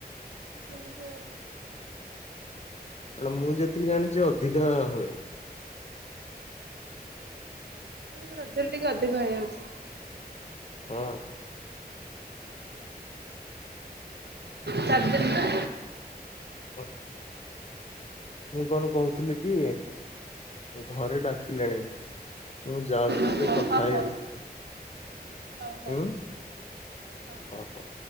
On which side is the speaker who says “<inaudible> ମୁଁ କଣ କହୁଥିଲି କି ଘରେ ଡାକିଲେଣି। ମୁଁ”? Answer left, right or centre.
Left